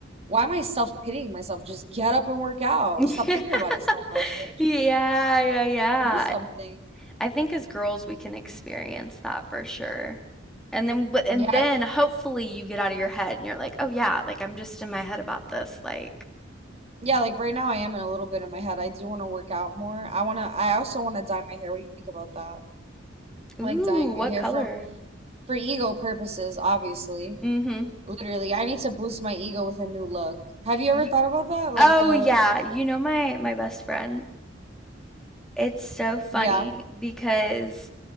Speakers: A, on the right; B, in the centre.
A: why am I self-pitying myself? Just get up and work out.
B: <laughs>
A: Stop thinking about it so much, right? Just
B: Yeah,
A: like
B: yeah, yeah.
A: do something.
B: I think as girls we can experience that for sure. And then, but,
A: Yeah.
B: and then hopefully you get out of your head and you're like, oh yeah, like I'm just in my head about this. Like,
A: Yeah, like right now I am in a little bit in my head. I do want to work out more. I want to, I also want to dye my hair. What do you think about that?
B: ooh,
A: Like dyeing my
B: what
A: hair
B: color?
A: from for ego purposes, obviously.
B: Mm-hmm.
A: Literally, I need to boost my ego with a new look. Have you
B: You,
A: ever thought about that? Like
B: oh
A: the,
B: yeah, you know my my best friend. It's so funny
A: yeah.
B: because